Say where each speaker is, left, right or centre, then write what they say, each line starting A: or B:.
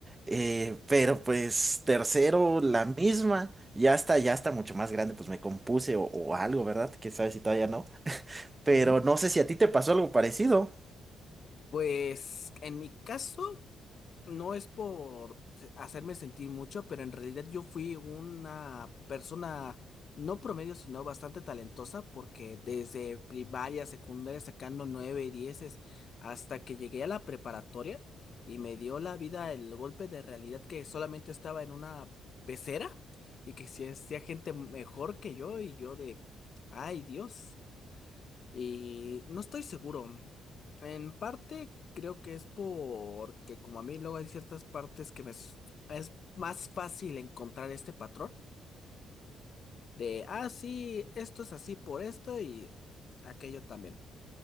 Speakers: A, on the right (about 20°); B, on the left (about 50°).
A: Eh, pero pues tercero, la misma. Ya está, ya está mucho más grande, pues me compuse o, o algo, ¿verdad? Que sabes si todavía no. Pero
B: Ujú.
A: no sé si a ti te pasó algo parecido.
B: Pues en mi caso, No es por hacerme sentir mucho, pero en realidad yo fui una persona no promedio, sino bastante talentosa, porque desde primaria, secundaria, sacando nueve, dieces, hasta que llegué a la preparatoria y me dio la vida el golpe de realidad que solamente estaba en una pecera y que si hacía gente mejor que yo y yo de, ay Dios. Y no estoy seguro. En parte creo que es porque como a mí luego hay ciertas partes que me s- es más fácil encontrar este patrón de, ah, sí, esto es así por esto y aquello también.